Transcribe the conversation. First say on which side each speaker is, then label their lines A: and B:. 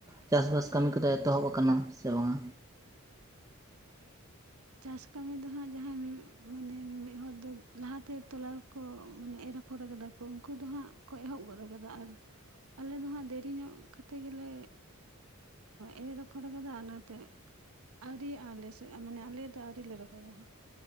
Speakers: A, on the right; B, on the right.
A: ᱪᱟᱥ ᱵᱟᱥ ᱠᱟᱹᱢᱤ ᱠᱚᱫᱚ ᱮᱛᱚᱦᱚᱵ ᱟᱠᱟᱱᱟ ᱥᱮ ᱵᱟᱝᱟ
B: ᱪᱟᱥ ᱠᱟᱹᱢᱤ ᱫᱚ ᱦᱟᱸᱜ ᱡᱟᱦᱟᱸᱭ ᱢᱤ ᱢᱟᱱᱮ ᱢᱤᱢᱤᱫ ᱦᱚᱲ ᱫᱚ ᱞᱟᱦᱟᱛᱮ ᱛᱚᱞᱟᱣᱠᱚ ᱢᱟᱱᱮ ᱮᱨ ᱟᱯᱷᱚᱨ ᱟᱠᱟᱫᱟ ᱩᱱᱠᱩ ᱫᱚ ᱦᱟᱸᱜ ᱠᱚ ᱮᱦᱚᱵ ᱜᱚᱫ ᱠᱟᱫᱟ ᱟᱨ ᱟᱞᱮ ᱫᱚ ᱦᱟᱸᱜ ᱫᱮᱨᱤ ᱧᱚᱜ ᱠᱟᱛᱮᱫ ᱜᱮᱞᱮ ᱮᱨ ᱟᱯᱷᱚᱨ ᱠᱟᱫᱟ ᱚᱱᱟᱛᱮ ᱟᱹᱣᱨᱤ ᱟᱞᱮᱥᱮᱫ ᱢᱟᱱᱮ ᱟᱞᱮ ᱟᱹᱣᱨᱤ ᱞᱮ ᱨᱚᱦᱚᱭᱟ ᱦᱟᱸᱜ